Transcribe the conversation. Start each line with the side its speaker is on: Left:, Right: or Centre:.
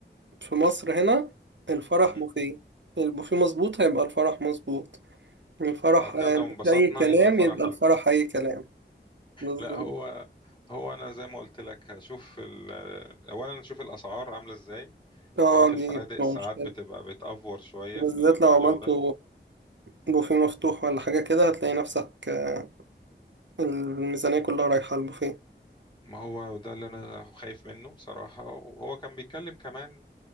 Right: في مصر هنا الفرح
Left: مم.
Right: بوفيه البوفيه مظبوط هيبقى الفرح مظبوط الفرح
Left: آه، اكلنا
Right: آه،
Left: وانبسطنا
Right: اي كلام
Left: يبقى الفرح
Right: يبقى
Left: حلو
Right: الفرح اي كلام بالظبط
Left: لا هو هو انا زي ما قلت لك هشوف ال... اولا نشوف الاسعار عامله ازاي
Right: اه
Left: انت عارف الفنادق
Right: دي بتبقى
Left: ساعات
Right: مشكلة
Left: بتبقى بتأفور شويه
Right: بالذات
Left: في الموضوع
Right: لو عملته
Left: ده
Right: بوفيه مفتوح ولا حاجة كده هتلاقي نفسك آه، الميزانية كلها رايحة على البوفيه
Left: ما هو ده اللي انا خايف منه بصراحه وهو كان بيتكلم كمان